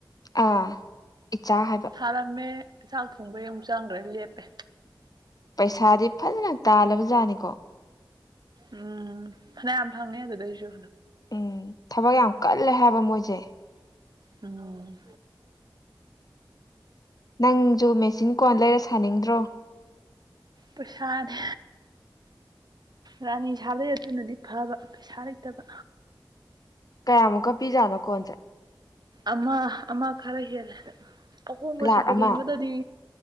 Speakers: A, on the left; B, on the right.
A: ꯑꯥ ꯏꯆꯥ ꯍꯥꯏꯕ
B: ꯊꯥꯔꯝꯃꯦ ꯆꯥꯛ ꯊꯣꯡꯕ ꯌꯦ ꯑꯃꯨꯛ ꯆꯪꯈ꯭ꯔꯦ ꯂꯦꯞꯄꯦ
A: ꯄꯩꯁꯥꯗꯤ ꯐꯖꯅ ꯇꯥꯜꯂꯕ ꯖꯥꯠꯅꯤꯀꯣ
B: ꯎꯝ ꯐꯅꯌꯥꯝ ꯐꯪꯉꯦ ꯑꯗꯨꯗꯩꯁꯨ
A: ꯎꯝ ꯊꯕꯛ ꯌꯥꯝ ꯀꯜꯂꯦ ꯍꯥꯏꯕ ꯃꯣꯏꯁꯦ
B: ꯎꯝ
A: ꯅꯪꯖꯨ ꯃꯦꯆꯤꯟ ꯀꯣꯟ ꯂꯩꯔ ꯁꯥꯅꯤꯡꯗ꯭ꯔꯣ
B: ꯄꯩꯁꯥꯗꯤ ꯔꯥꯅꯤ ꯁꯥꯕꯗꯩ ꯑꯗꯨꯅꯗꯤ ꯐꯕ ꯄꯩꯁꯥ ꯂꯩꯇꯕ
A: ꯀꯌꯥꯃꯨꯛꯀ ꯄꯤꯖꯥꯅꯣ ꯀꯣꯟꯁꯦ
B: ꯑꯃ ꯑꯃ ꯈꯔ ꯍꯦꯜꯂꯦ ꯑꯍꯣꯡꯕ
A: ꯂꯥꯛ
B: ꯁꯦꯀꯗ
A: ꯑꯃ
B: ꯍꯦꯟꯒꯗꯗꯤ